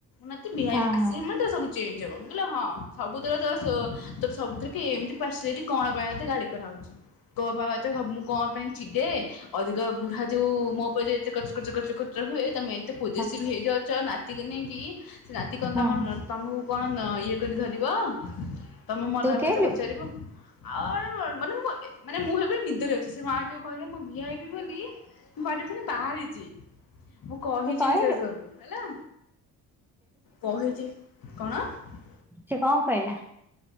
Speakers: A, on the left; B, in the centre.
A: ମତେ ଭି-ଆଇ-ପି
B: ହଁ
A: ମୋତେ ଆସିନି
B: ହଁ
A: ମାନେ ଚେଞ୍ଜ ହବ ମୁ କହିଲି ହଁ ସବୁଥିରେ ତୋ ସବୁଥିରେ ଏମିତି ପରସିଆଲିଟୀ କଣ ପାଇଁ ମତେ ଗାଳି କରାହଉଛି। କଣ ପାଇଁ ଏତେ ହବ ମୁଁ କଣ ପାଇଁ ଏତେ ଚିଡେ ଅଧିକ ବୁଢା ଯୋଉ ମୋ ଉପରେ ଯୋଉ ଏତେ କଚକଚ ହୁଏ ତମେ ଏତେ ପୋଜେସିଭ
B: ହଁ
A: ହେଇଯାଉଛ ନା କତିକି ନେଇକି ସେ ନାତି କଣ
B: ହଁ
A: ତମ ତମକୁ କଣ ଇଏ କରିକି ଧରିବ ତମେ ମଲାବେଳେ
B: ତୁ କହିଲୁ
A: ତ ପଚାରିବ ଆ ମାନେ ମାନେ ମୁଁ ଭାବିଲି ସେ ନିଦରେ ଅଛି। ସେ ମା ଯୋଉ କହିଲେ ମୁ ଭି-ଆଇ-ପି ହେବି ବୋଲି ମୁଁ ଘରେଥିଲି ବାହାରିଚି ମୁଁ କହିଛି
B: ତୁ କହିଲୁ
A: ବି ସେ ସବୁ ହେଲା କହିଛି କଣ <inaudible>
B: ସେ କଣ କହିଲା?